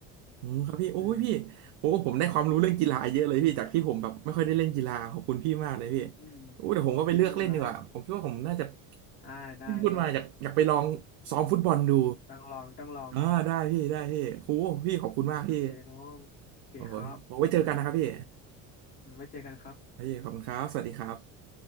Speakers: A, on the right; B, on the left.
A: อืมครับพี่โอ้ยพี่โอ้ผมได้ความรู้เรื่องกีฬาเยอะเลยพี่จากที่ผมแบบไม่ค่อยได้เล่นกีฬาขอบคุณพี่มากเลยพี่
B: อืมอืม
A: โอ้เดี๋ยวผมก็ไปเลือกเล่นดีกว่าผมคิดว่าผมน่าจะ
B: โอเคไม่เป็นไรได้ได้ได้
A: ที่พี่พูดมาอยากอยากไปลองซ้อมฟุตบอลดู
B: ต้องลองต้องลอง
A: อ่าได้พี่ได้พี่โอ้พี่ขอบคุณมากพี่
B: โอเคน้องโอเคครับ
A: โอ้ยบอกไว้เจอกันนะครับพี่
B: อืมไว้เจอกันครับ
A: พี่ ขอบคุณครับ สวัสดีครับ